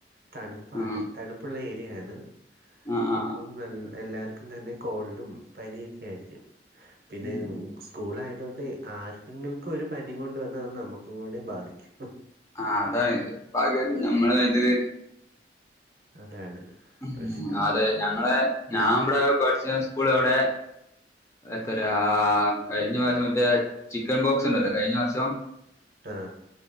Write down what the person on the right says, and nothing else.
തണുപ് പ്പാണ്
തണുപ്പുള്ള ഏരിയയാണ്
അപ്പം എല്ലാവർക്കും തന്നെ. കോൾഡും പനിയൊക്കെ ആയിരിക്കും പിന്നെ
സ് സ്കൂൾ ആയതു കൊണ്ട് ആർക്കെങ്കക്കും ഒരു പനി കൊണ്ട് വന്നാ അത് നമുക്കും കൂടി ബാധിക്കും.
ആഹ്
അതാണ്.
പ്രശ്നം
ആഹ്